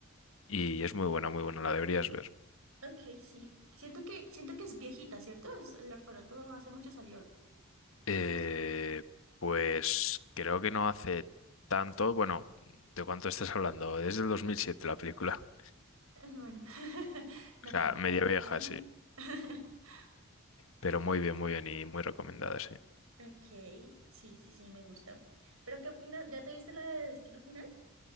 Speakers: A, on the left; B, on the right.
A: y es muy buena, muy buena, la deberías ver.
B: Ok, sí. Siento que, siento que es viejita, ¿cierto? Es- el orfanato hace mucho salió.
A: Eh, pues creo que no hace tanto. Bueno, ¿de cuánto estás hablando? Desde el siete la película.
B: Eh, Bueno, <laughs> no
A: O sea,
B: tanto,
A: media
B: no tanto.
A: vieja, sí.
B: <laughs>
A: Pero muy bien, muy bien y muy recomendada, sí.
B: Ok, sí, sí, sí, me gusta. Pero ¿qué opinas? ¿Ya te viste la de Destino Final?